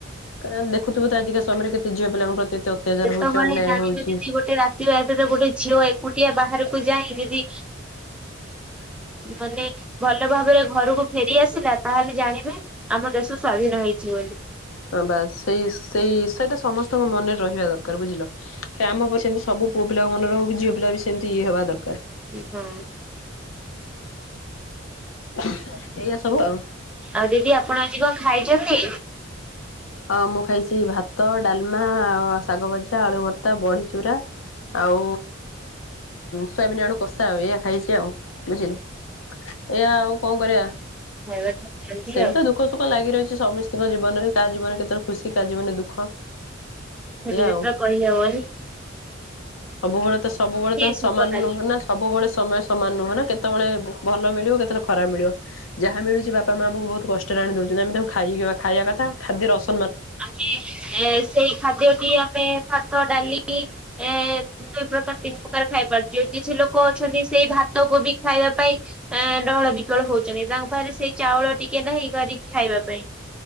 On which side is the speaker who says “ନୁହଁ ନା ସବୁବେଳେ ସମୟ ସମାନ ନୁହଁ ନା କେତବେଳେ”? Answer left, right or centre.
Left